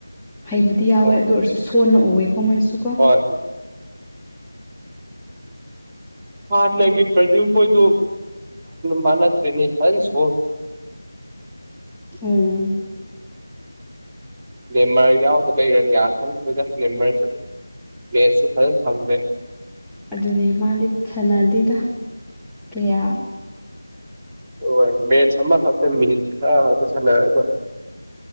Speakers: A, in the centre; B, on the right.
A: ꯍꯩꯕꯗꯤ ꯌꯥꯎꯋꯦ
B: ꯍꯣꯏ
A: ꯑꯗꯨ ꯑꯣꯏꯔꯁꯨ ꯁꯣꯟꯅ ꯎꯋꯦ ꯀꯃꯥꯏꯁꯨ ꯀꯣ
B: ꯍꯣꯏ ꯍꯥꯟ ꯅꯪꯒꯤ ꯄ꯭ꯔꯖ ꯃꯈꯣꯏꯗꯨ ꯃꯥꯅ ꯀ ꯁꯣ
A: ꯎꯝ
B: ꯅꯃꯔ ꯌꯥꯑꯣ ꯌꯥ ꯊꯪ ꯅꯃꯔ ꯃꯦꯠꯁꯨ ꯐꯖꯅ ꯐꯪꯗꯦ
A: ꯑꯗꯨꯅꯦ ꯃꯥꯗꯤ ꯁꯅꯗꯦꯗ ꯀꯌꯥ
B: ꯍꯣꯏ ꯃꯦꯠꯁ ꯑꯃꯈꯛꯇ ꯃꯤꯅꯤꯠ ꯈꯔ ꯈꯛꯇ ꯁꯥꯟꯅꯔꯒ